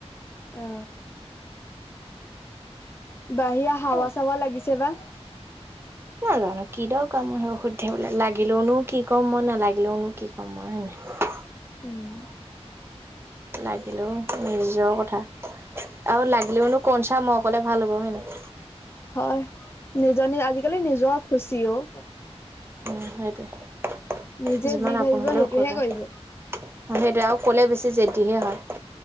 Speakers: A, on the left (about 20°); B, on the right (about 20°).
A: অ বাহিৰা হাৱা
B: অ
A: চাৱা লাগিছে বা
B: নাজানো কি দ কা মোৰ সেইবোৰ শুধি থাকিবলে লাগিলেওনো কি ক'ম মই, নালাগিলেওনো কি ক'ম মই হয় নাই
A: উম
B: লাগিলেও নিজৰ কথা আৰু লাগিলেওনো কন চা মই কলে ভাল হ'ব হয় নায়
A: হয় নিজ নি আজিকালি নিজৰ খুচি ঔ।
B: উম সেইটোৱে
A: নিজে
B: যিমান
A: যি
B: আপোন
A: ভাবিব
B: হলেও
A: সেইটোহে
B: কলা
A: কৰিব
B: অ সেইটোৱে আৰু ক'লে বেছি জেদিহে হয়